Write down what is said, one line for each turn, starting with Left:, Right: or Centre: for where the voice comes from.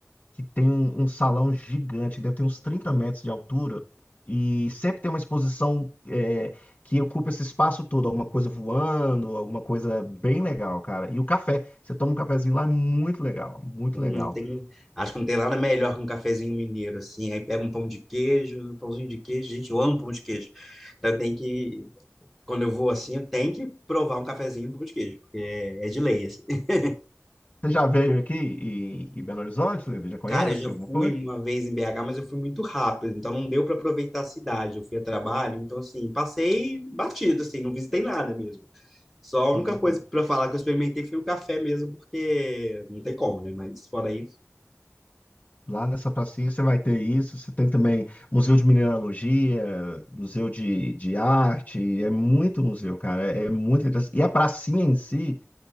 Left: que tem um salão gigante, deve ter uns 30 metros de altura, e sempre tem uma exposição é, que ocupa esse espaço todo, alguma coisa voando, alguma coisa bem legal, cara. E o café, você toma um cafezinho lá, é muito legal, muito
Centre: Não
Left: legal.
Centre: tem, acho que não tem nada melhor que um cafezinho mineiro, assim. Aí pega um pão de queijo, um pãozinho de queijo. Gente, eu amo pão de queijo. Então tem que, quando eu vou assim, eu tenho que provar um cafezinho e um pão de queijo, porque é, é de lei, assim. <laughs>
Left: Você já veio aqui em, em Belo Horizonte, Levi? Já conhece
Centre: Cara, eu já
Left: alguma
Centre: fui
Left: coisa?
Centre: uma vez em BH, mas eu fui muito rápido, então não deu para aproveitar a cidade. Eu fui a trabalho, então assim, passei batido, assim, não visitei nada mesmo. Só a única
Left: Uhum.
Centre: coisa para falar que eu experimentei foi o café mesmo, porque não tem como, né? Mas fora isso,
Left: Lá nessa pracinha você vai ter isso. Você tem também museu de mineralogia, museu de, de arte. É muito museu, cara. É muito interessante. E a pracinha em si,